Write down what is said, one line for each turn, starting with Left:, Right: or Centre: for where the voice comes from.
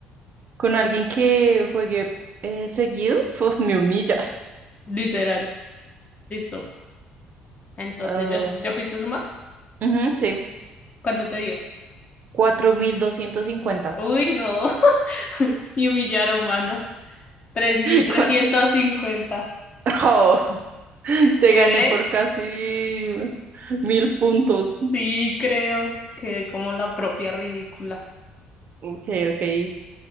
Right: Con alguien que juegue eh, seguido, <laughs> uf, me humilla.
Left: Literal. Listo. Entonces,
Right: Ah,
Left: ¿ya, ya pudiste sumar?
Right: ujú, sí,
Left: ¿Cuánto te dio?
Right: 4.250.
Left: Uy, no. <laughs> Me humillaron, banda. Tres mil
Right: <laughs>
Left: trescientos
Right: ¿cuánto?
Left: cincuenta.
Right: Oh, <laughs> te
Left: Quedé,
Right: gané por casi mil puntos.
Left: sí, creo. Quedé como la propia ridícula.
Right: Ok, ok.